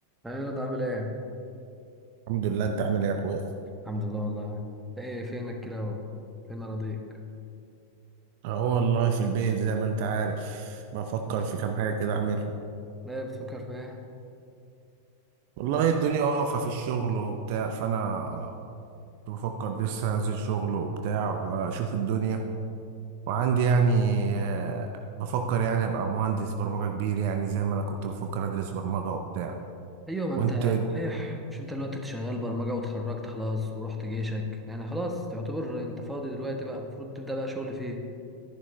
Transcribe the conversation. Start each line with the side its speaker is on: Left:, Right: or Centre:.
Centre: ايه رضا عامل ايه
Right: الحمد لله انت عامل ايه يا اخويا
Centre: الحمد لله والله انت ايه فينك كده و- فين اراضيك
Right: اهو والله في البيت زي ما انت عارف بفكر في كام حاجه كده اعملهم
Centre: لا بتفكر في ايه
Right: والله الدنيا واقفه في الشغل وبتاع فانا كنت بفكر لسه انزل شغل وبتاع واشوف الدنيا وعندي يعني آه، بفكر يعني ابقى مهندس برمجه كبير يعني زي ما انا كنت بفكر ادرس برمجه وبتاع
Centre: ايوه ما
Right: وانت
Centre: انت صحيح مش انت دلوقتي شغال برمجه واتخرجت خلاص ورحت جيشك يعني خلاص تعتبر انت فاضي دلوقتي بقى المفروض تبدا بقى شغل فيه